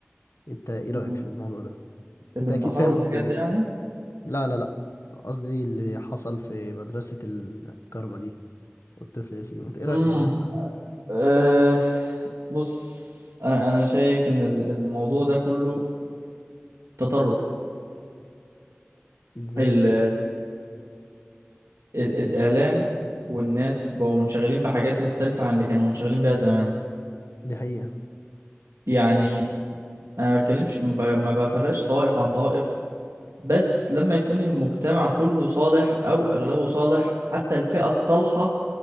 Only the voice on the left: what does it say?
انت ايه رأيك
في الموضوع ده
انت اكيد فاهم
قصدي ايه
لا لا لا قصدي اللي حصل في مدرسة الكارما دي والطفل ياسين انت ايه رأيك
في اللي بيحصل ده
ازاي
مش فاهم
دي حقيقة